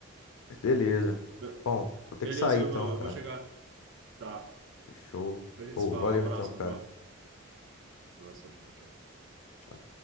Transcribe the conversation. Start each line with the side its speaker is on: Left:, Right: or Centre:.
Left: Mas beleza.
Right: Be-
Left: Bom, vou ter
Right: Beleza,
Left: que sair
Right: meu
Left: então,
Right: irmão, eu
Left: cara.
Right: vou chegar. Tá.
Left: Fechou.
Right: Depois a
Left: Ô,
Right: gente se fala.
Left: valeu
Right: Um abraço,
Left: então, cara.
Right: meu brother. Um abraço. Tchau, tchau.
Left: Tchau.